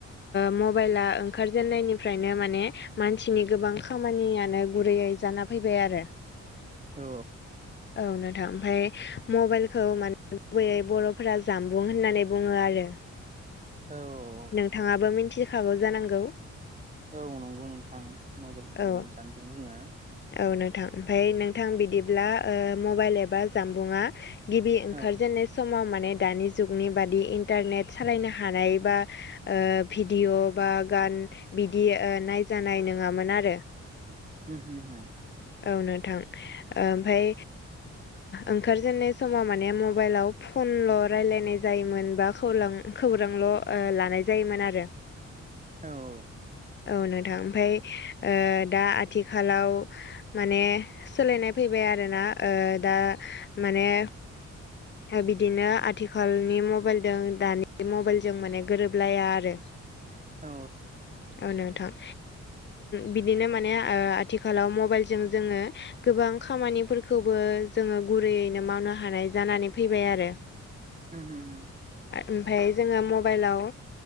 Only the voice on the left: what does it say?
मबाइला ओंखारजेननायनिफ्रायनो माने मानसिनि गोबां खामानियानो गुरैयै जाना फैबाय आरो
औ नोंथां ओमफफ्राय मबाइलखौ माने गुबैयै बर'फोरा जाम बुं होननानै बुंङो आरो
नोंथाङाबो मिथिखागौ जानांगौ
औ
औ नोंथां ओमफ्राय नोंथां बिदिब्ला मबाइल एबा जानबुंआ गिबि ओंखारजेननाय
समाव माने दानि जुगनि बादि इन्टारनेट सालायनो हानाय बा ओ भिडिअ' बा गान बिदि नायजानाय नङामोन आरो जे
औ नोंथां ओमफाय ओंखारजेननाय समाव माने मबाइलाव फनल' रायजलायनाय जायोमोन बा खौरां खौरांल' लानाय जायोमोन आरो
औ नोंथां ओमफ्राय दा आथिखालाव माने सोलायनाय फैबाय आरोना। दा माने दा बिदिनो आथिखालनि मबाइलजों दानि मबाइलजों माने गोरोबलाया आरो।
औ नोंथां। बिदिनो माने आथिखालाव मबाइलजों जोंङो। गोबां खामानिफोरखौबो जोंङो गुरैयैनो मावनो हानाय जानानै फैबाय आरो।
ओमफ्राय जोंङो मबाइलाव।